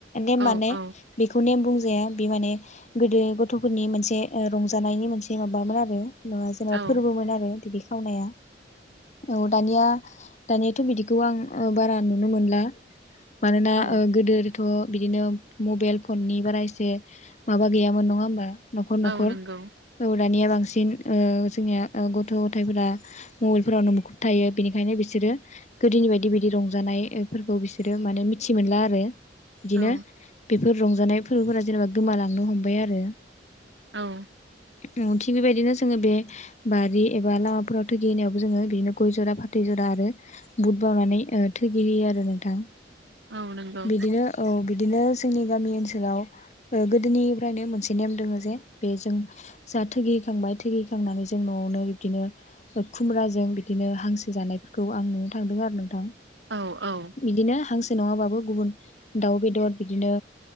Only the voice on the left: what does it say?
नेम
माने
बेखौ नेम बुंजा जाया बे माने गोदो गथ'फोरनि मोनसे रंजानायनि मोनसे माबामोन आरो माबा जेनेबा
फोरबोमोन आरो। बिदि खावनाया औ दानिया दा दानियाथ' बिदिखौ आं बारा नुनो मोनला मानोना
गोदो थ' बिदिनो मबाइल फननि बारा एसे माबा गैयामोन नङा होमबा। न'खर न'खर
औ दानिया बांसिन जोंनिया गथ' गथायाइफोरा मबाइलफोरावनो मुखुब थायो बिनिखायनो बिसोरो गोदोनि बायदि बिदि रंजानाय फोरखौ बिसोरो माने मिथि मोनला आरो। बिदिनो
बेफोर रंजानाय फोरबोफोरा जेनेबा गोमालांनो हमबाय आरो।
थिग बेबायदिनो जोङो बे बारि एबा लामाफोराव थैगिहैनायावबो जोङो बिदिनो गय जरा फाथै जरा आरो बुट बावनानै थैगिहोयो आरो नोंथा।
बिदिनो औ बिदिनो जोंनि गामि ओनसोलाव ओ गोदोनिफ्रायनो मोनसे नेम दोङो जे बे जों जा थगिहोखांबाय थगिहोखांनानै जों न'आवनो बिदिनो खुम्राजों बिदिनो हांसो जानायफोरखौ आं नुनो थांदों आरो नोंथां।
बिदिनो हांसो नङाबाबो गुबुन दाउ बेदर बिदिनो